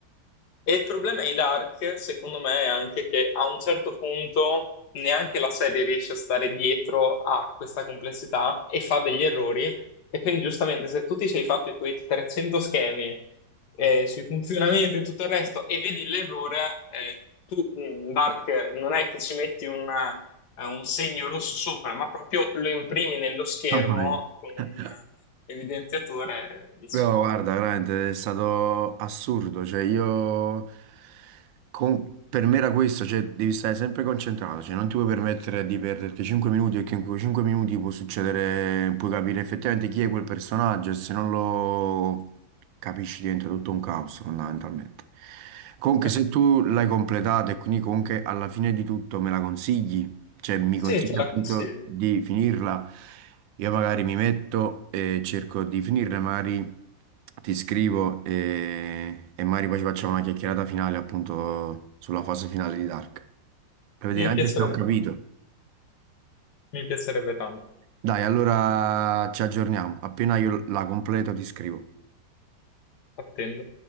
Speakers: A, on the left; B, on the right.
A: e il problema di Dark, secondo me, è anche che a un certo punto neanche la serie riesce a stare dietro a questa complessità e fa degli errori. E quindi, giustamente, se tu ti sei fatto i tuoi 300 schemi eh, sui funzionamenti e tutto il resto e vedi l'errore, eh, tu, mh, Dark, non è che ci metti una- eh, un segno rosso sopra, ma proprio lo imprimi nello schermo
B: <laughs> Mamma mia.
A: con un eh, evidenziatore e dici
B: No,
A: no.
B: guarda, veramente è stato assurdo, cioè io, con- per me era questo, cioè devi stare sempre concentrato, cioè non ti puoi permettere di perderti 5 minuti perché in quei 5 minuti può succedere, puoi capire effettivamente chi è quel personaggio e se non lo capisci diventa tutto un caos fondamentalmente. Comunque
A: <laughs>
B: se tu l'hai completato e quindi comunque alla fine di tutto me la consigli, cioè mi
A: Sì,
B: consiglia
A: ce la
B: appunto
A: consiglio.
B: di finirla, io magari mi metto e cerco di finirla, magari ti scrivo e, e magari poi ci facciamo una chiacchierata finale appunto sulla fase finale di Dark, per vedere
A: Mi
B: anche
A: piacerebbe
B: se ho capito.
A: Mi piacerebbe tanto,
B: Dai, allora ci aggiorniamo, appena io la completo ti scrivo.
A: attendo.